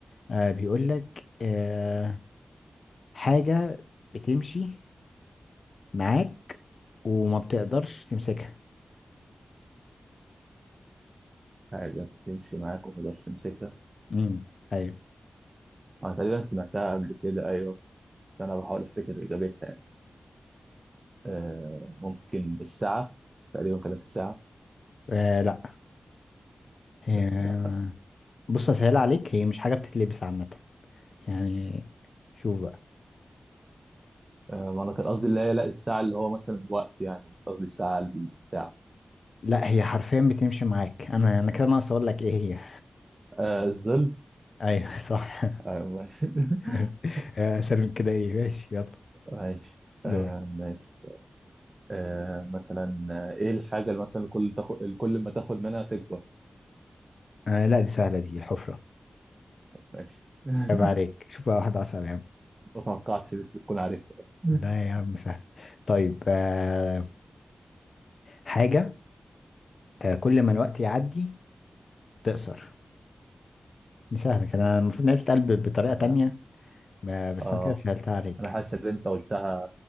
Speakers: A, on the left (about 75°); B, on the right (about 40°).
A: آه بيقول لك آه حاجة بتمشي معاك وما بتقدرش تمسكها
B: حاجة بتمشي معاك وما تقدرش تمسكها
A: امم ايوه
B: أنا تقريبا سمعتها قبل كده أيوه بس أنا بحاول أفتكر إجابتها يعني. آه ممكن الساعة تقريبا كانت الساعة
A: آه لا
B: بس
A: آه
B: لا
A: بص هسهل عليك هي مش حاجة بتتلبس عامة يعني شوف بقى
B: آه أنا كان قصدي اللي هي لا الساعة اللي هو مثلا وقت يعني مش قصدي الساعة الساعة
A: لا هي حرفيا بتمشي معاك انا انا كده ناقص اقول لك ايه هي
B: آه الظل
A: ايوه صح
B: أيوه ماشي
A: <laughs>
B: <laughs>
A: آه، اسهل من كده ايه ماشي يلا
B: ماشي آه
A: دور
B: ماشي آه مثلا آه، إيه الحاجة اللي مثلا كل تاخد كل ما تاخد منها تكبر
A: آه لا دي سهلة دي الحفرة
B: ماشي <laughs>
A: عيب عليك شوف بقى واحدة اصعب يا عم
B: ما توقعتش ان انت تكون عارفها اصلا
A: لا يا عم سهل طيب آه حاجة آه كل ما الوقت يعدي تقصر دي سهلة كده أنا المفروض إنها بتتقال ب- بطريقة
B: <laughs> آه,
A: تانية آه، بس
B: اه
A: أنا كده سهلتها عليك
B: انا حاسس ان انت قلتها